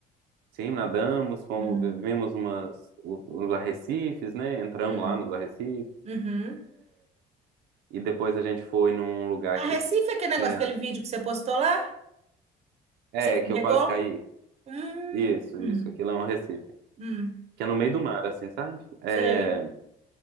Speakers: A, on the right (about 80°); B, on the right (about 40°).
A: Sim, nadamos, fomos,
B: Hum,
A: vivemos umas, u- uns arrecifes, né? Entramos
B: hum,
A: lá nos arrecifes.
B: uhum.
A: E depois a gente foi num lugar
B: A
A: que
B: Recife é aquele
A: tinha.
B: negócio, aquele vídeo que você postou lá,
A: É,
B: que você escorregou?
A: que eu quase caí.
B: Hum,
A: Isso,
B: hum,
A: isso. Aquilo é um arrecife.
B: hum,
A: Que é no meio do mar, assim, sabe? É,
B: sei.